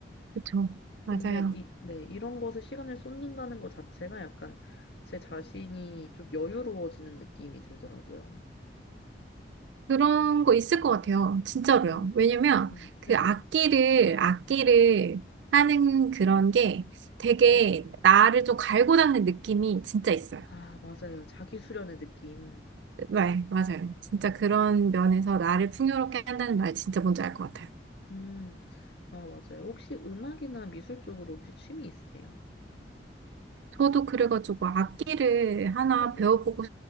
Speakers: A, on the right (about 80°); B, on the left (about 70°).
A: 그렇죠
B: 근데
A: 맞아요.
B: 이, 네, 이런 것에 시간을 쏟는다는 것 자체가 약간 제 자신이 좀 여유로워지는 느낌이 들더라고요.
A: 그런 거 있을 것 같아요. 진짜로요.
B: 음,
A: 왜냐면
B: 음,
A: 그
B: 네네.
A: 악기를, 악기를 하는 그런 게 되게
B: 네.
A: 나를 좀 갈고 닦는 느낌이 진짜 있어요.
B: 아, 맞아요. 자기 수련의 느낌.
A: 네, 맞아요. 진짜 그런 면에서 나를 풍요롭게 한다는 말 진짜 뭔지 알 것 같아요.
B: 음, 아, 맞아요. 혹시 음악이나 미술 쪽으로 혹시 취미 있으세요?
A: 저도 그래가지고 악기를 하나
B: 네네.
A: 배워보고